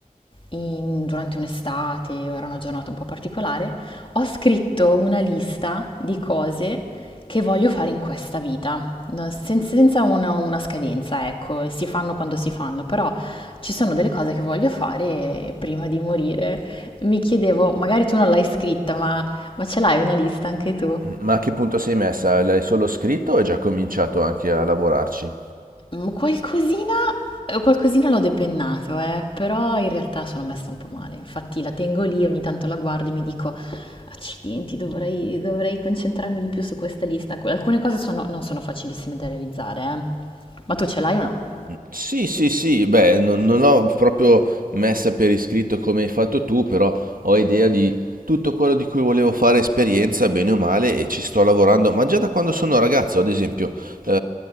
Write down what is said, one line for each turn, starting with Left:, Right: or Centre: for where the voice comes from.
Left: in- durante un'estate, era una giornata un po' particolare, ho scritto una lista di cose che voglio fare in questa vita, non- sen- senza una, una scadenza, ecco, e si fanno quando si fanno, però ci sono delle cose che voglio fare prima di morire. Mi chiedevo, magari tu non l'hai scritta, ma ma ce l'hai una lista anche tu?
Right: Ma a che punto sei messa? L'hai solo scritto o hai già cominciato anche a lavorarci?
Left: Mm, Qualcosina, eh, qualcosina l'ho depennato, eh, però in realtà sono messa un po' male. Infatti la tengo lì, ogni tanto la guardo e mi dico, accidenti, dovrei, dovrei concentrarmi di più su questa lista. Alcune cose sono- non sono facilissime da realizzare, eh. Ma tu ce l'hai o no?
Right: Sì, sì, sì, beh, non, non l'ho proprio messa per iscritto come hai fatto tu, però ho idea di tutto quello di cui volevo fare esperienza, bene o male, e ci sto lavorando, ma già da quando sono ragazzo, ad esempio, eh,